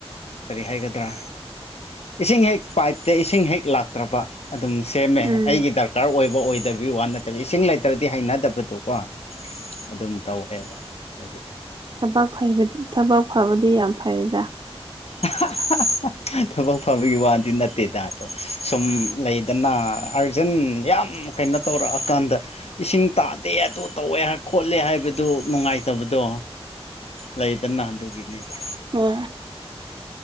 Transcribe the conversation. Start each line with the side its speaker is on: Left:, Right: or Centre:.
Left: ꯀꯔꯤ ꯍꯥꯏꯒꯗ꯭ꯔꯥ ꯏꯁꯤꯡ ꯍꯦꯛ ꯄꯥꯏꯞꯇ ꯏꯁꯤꯡ ꯍꯦꯛ ꯂꯥꯛꯇ꯭ꯔꯕ ꯑꯗꯨꯝ ꯁꯦꯝꯃꯦ
Right: ꯎꯝ
Left: ꯑꯩꯒꯤ ꯗꯔꯀꯥꯔ ꯑꯣꯏꯕ ꯑꯣꯏꯗꯕꯤ ꯋꯥ ꯅꯠꯇꯕꯤ ꯏꯁꯤꯡ ꯂꯩꯇ꯭ꯔꯗꯤ ꯍꯩꯅꯗꯕꯗꯣ ꯀꯣ ꯑꯗꯨꯝ ꯇꯧꯋꯦꯕ ꯑꯗꯨꯒꯤ
Right: ꯊꯕ ꯊꯕꯛ ꯐꯕꯗꯤ ꯌꯥꯝ ꯐꯩꯔꯗ
Left: <unintelligible> ꯊꯕꯛ ꯐꯕꯒꯤ ꯋꯥꯗꯤ ꯅꯠꯇꯦꯗ ꯑꯗꯣ ꯁꯨꯝ ꯂꯩꯗꯅ ꯑꯥꯔꯖꯦꯟ ꯌꯥꯝ ꯀꯩꯅꯣ ꯇꯧꯔꯛꯑꯀꯥꯟꯗ ꯏꯁꯤꯡ ꯇꯥꯗꯦ ꯑꯗꯨ ꯇꯧꯋꯦ ꯈꯣꯠꯂꯦ ꯍꯥꯏꯕꯗꯨ ꯅꯨꯡꯉꯥꯏꯇꯕꯗꯣ ꯂꯩꯗ ꯅꯍꯥꯟꯗꯨꯒꯤꯅꯤꯗ
Right: ꯍ